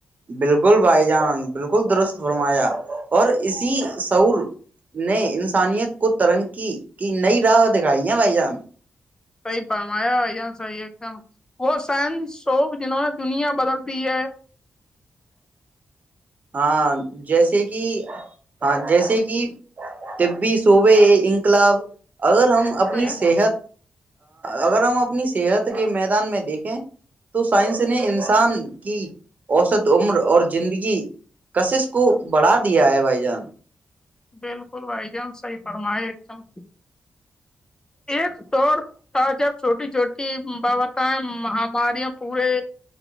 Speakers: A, on the right (about 45°); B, on the left (about 20°).
A: بالکل بھائی جان بالکل درست فرمایا اور اسی سعور نے انسانیت کو ترنکی کی نئی راہ دکھائی ہیں بھائی جان
B: صحیح پمایا یا صحیح ایک دم وہ سائنس سوپ جنہوں نے دنیا بدل دی ہے
A: ہاں جیسے کہ ہاں جیسے کہ طبی سوبے انقلاب اگر ہم
B: صحیح
A: اپنی صحت اگر ہم اپنی صحت کے میدان میں دیکھیں تو سائنس نے انسان کی اوسط عمر اور زندگی کشش کو بڑھا دیا ہے بھائی جان
B: بالکل بھائی جان صحیح فرمائے ایک دم کی ایک دور تھا جب چھوٹی چھوٹی بابتیں مہاماریاں پورے